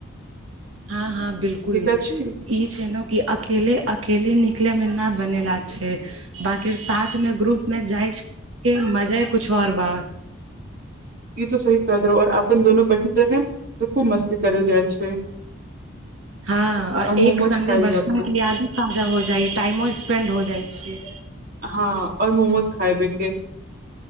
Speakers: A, on the right; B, on the right.
A: हँ हँ बिल्कूल
B: ठीक अछि
A: इ छै नऽ की अकेले अकेले निकले में न बनेेलय छै बाकि साथ मे ग्रुप मे जाइ छै के मजा कुछु आऔर बा
B: ई तो सही कह देरहौ और अपन दोनो बहिन रहब तऽ खूब मस्ती करल जाइ छै
A: हँ
B: और मोमोज
A: एक संगे
B: खायल
A: बचपन
B: जायब
A: के यादो ताजा हो जाइ टाइमो स्पेंड हो जाइ छै
B: हँ और मोमोज खाएबके